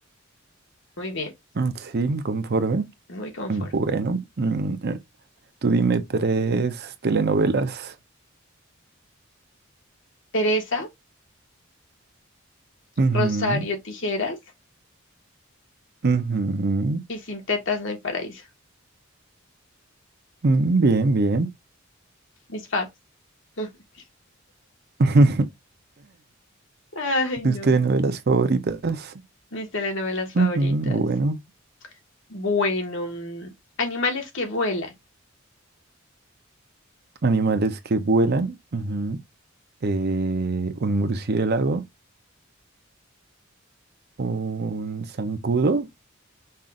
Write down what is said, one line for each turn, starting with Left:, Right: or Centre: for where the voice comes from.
Left: Muy bien,
Right: Mm, Sí, conforme.
Left: muy confort.
Right: Bueno, mm, eh, tú dime tres telenovelas.
Left: Teresa,
Right: Ujú,
Left: Rosario Tijeras
Right: ujú,
Left: y Sin Tetas No Hay Paraíso.
Right: mm, bien, bien.
Left: Mis faves. <laughs>
Right: <laughs>
Left: Ay,
Right: ¿Tus
Left: no.
Right: telenovelas favoritas?
Left: Mis telenovelas favoritas.
Right: Ujú, bueno,
Left: Bueno, mm, animales que vuelan.
Right: animales que vuelan. ujú, eh, un murciélago. un zancudo